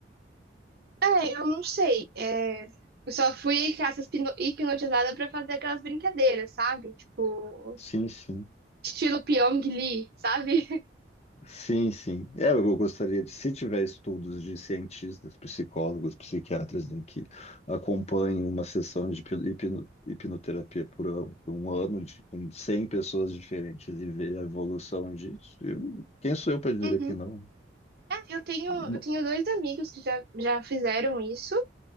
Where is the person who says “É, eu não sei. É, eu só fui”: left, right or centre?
Right